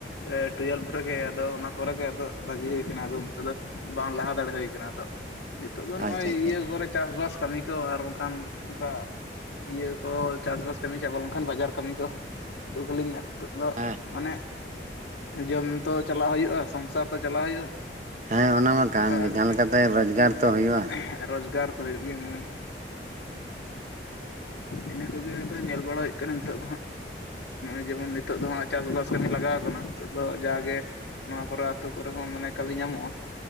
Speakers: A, on the left; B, on the right.
A: ᱮ ᱴᱩᱭᱮᱞᱵᱷ ᱨᱮᱜᱮ ᱟᱫᱚ ᱚᱱᱟ ᱯᱚᱨ ᱜᱮ ᱟᱫᱚ ᱵᱟᱜᱤ ᱦᱩᱭ ᱠᱟᱱᱟ ᱟᱫᱚ ᱚᱱᱛᱮ ᱫᱚ ᱵᱟᱝ ᱞᱟᱦᱟ ᱫᱟᱲᱮ ᱦᱩᱭ ᱟᱠᱟᱱᱟ ᱟᱫᱚ <unintelligible> ᱱᱤᱛᱚᱜ ᱫᱚ ᱱᱚᱜᱼᱚᱭ
B: ᱟᱪᱪᱷᱟ ᱟᱪᱪᱷᱟ
A: ᱤᱭᱟᱹ ᱠᱚᱨᱮ ᱪᱟᱥᱵᱟᱥ ᱠᱟᱹᱢᱤ ᱠᱚ ᱟᱨ ᱵᱟᱝᱠᱷᱟᱱ ᱚᱱᱠᱟ ᱤᱭᱟᱹ ᱠᱚ᱾ ᱪᱟᱥᱵᱟᱥ ᱠᱟᱹᱢᱤ ᱪᱟᱵᱟ ᱞᱮᱱᱠᱷᱟᱱ ᱵᱟᱡᱟᱨ ᱠᱟᱹᱢᱤ ᱠᱚ <unintelligible> ᱱᱤᱛᱚᱜ ᱫᱚ
B: ᱦᱮᱸ
A: ᱢᱟᱱᱮ᱾ ᱡᱚᱢ ᱛᱚ ᱪᱟᱞᱟᱜ ᱦᱩᱭᱩᱜᱼᱟ ᱥᱚᱝᱥᱟᱨ ᱛᱚ ᱪᱟᱞᱟᱣ ᱦᱩᱭᱩᱜᱼᱟ᱾
B: ᱦᱮᱸ ᱚᱱᱟ ᱢᱟ
A: ᱚᱱᱠᱟ
B: ᱠᱟᱱ ᱜᱮ
A: ᱟᱨᱠᱤ
B: ᱡᱟᱦᱟᱸ ᱞᱮᱠᱟᱛᱮ ᱨᱳᱡᱽᱜᱟᱨ ᱛᱚ ᱦᱩᱭᱩᱜᱼᱟ
A: ᱦᱮᱸ ᱨᱳᱡᱽᱜᱟᱨ᱾ ᱦᱩᱭᱩᱜ ᱜᱮᱭᱟ ᱦᱟ ᱤᱱᱟᱹ ᱠᱚ᱾ ᱧᱮᱞ ᱵᱟᱲᱟ ᱦᱩᱭᱩᱜ ᱠᱟᱱᱟ ᱱᱤᱛᱚᱜ ᱫᱚ ᱦᱟᱸᱜ᱾ ᱱᱚᱜᱼᱚᱭ ᱡᱮᱢᱚᱱ ᱱᱤᱛᱚᱜ ᱫᱚ ᱦᱟᱜ ᱪᱟᱥᱵᱟᱥ ᱠᱟᱹᱢᱤ ᱞᱟᱜᱟᱣ ᱟᱠᱟᱱᱟ ᱱᱤᱛᱚᱜ ᱫᱚ ᱡᱟᱜᱮ᱾ ᱱᱚᱣᱟ ᱠᱚᱨᱮ ᱟᱹᱛᱩ ᱠᱚᱨᱮ ᱦᱚᱸ ᱢᱟᱱᱮ ᱠᱟᱹᱢᱤ ᱧᱟᱢᱚᱜᱼᱟ